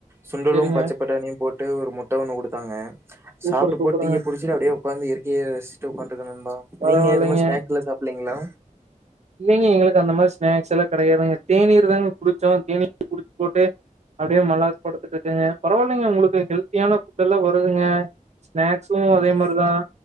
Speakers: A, on the right (about 20°); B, on the right (about 55°).
A: சுண்டலும்
B: சரிங்க
A: பச்சை பட்டாணியும் போட்டு ட்டு ஒரு முட்டை ஒன்னு கொடுத்தாங்க
B: சூப்பர்
A: சாப்பிட்டு
B: சூப்பருங்க
A: போட்டு டீய புடிச்சிட்டு அப்படியே உடா இற்கையை ரசிச்ட்டு இருக்கபா
B: பரவால்லைங்க
A: நீங்க மாதிர நாக்ஸ் எல்லாம் சாப்பலீங்களா
B: இல்லைங்க எங்களுக்கு அந்த மாதிரி ஸ்நாக்ஸ் எல்லாம் கிடையாதுங்க தேனீர் தாங்க குடிச்சோ தேனீ குடிச்சு போட்டு அப்படியே மல்லாக்க படுத்துட்டு இருக்காங்க பரவாயில்லைங்க உங்களுக்கு ஹெல்த்தியான ஃபுட் எல்லாம் வருதுங்க ஸ்நாக்ஸும்
A: ஆமா
B: அதே மாதிரிதான்